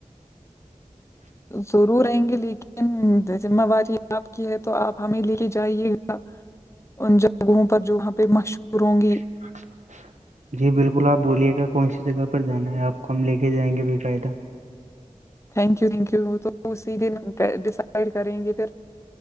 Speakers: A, on the left (about 20°); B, on the right (about 70°).
A: ضرور آئیں گے لے کے ذمہ واری آپ کی ہے تو آپ ہمیں لے کے جائیے گا ان جگہوں پر جو وہاں پہ مشہور ہوں گی
B: <unintelligible> جی بالکل آپ بولیے گا کون سی جگہ پر جانا ہے آپ کو ہم لے کے جائیں گے بےقاعدہ
A: تھینک یو تھینک یو تو اسی دن ڈڈ کریں گے پھر